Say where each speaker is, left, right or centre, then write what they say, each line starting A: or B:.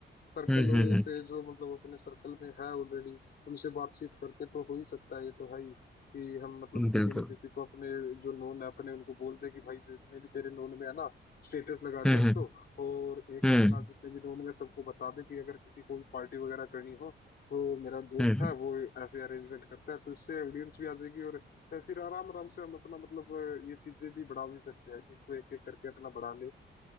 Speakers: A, on the left (about 55°); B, in the centre.
A: सर्कल
B: हम्म हम्म
A: से जो मतलब अपने सर्कल में है ऑलरेडी उनसे बातचीत करके तो हो ही सकता है ये तो है ही कि हम मतलब
B: हम्म
A: किसी
B: बिल्कुल
A: ना किसी को अपने जो नोन है अपने उनको बोल दे कि भाई जितने भी तेरे नोन में है ना स्टेटस लगा
B: हम्म
A: दे एक
B: हम्म
A: तो और एक
B: हम्म
A: अपना जितने भी नोन में सबको बता दे कि अगर किसी को भी पार्टी वगैरह करनी हो तो मेरा दोस्त
B: हम्म
A: है वो ऐसे अरेंजमेंट करता है तो इससे ऑडियंस भी आ जाएगी और फिर आराम आराम से हम अपना मतलब ये चीजें भी बढ़ा भी सकते हैं कि इनको एक एक करके अपना बढ़ा ले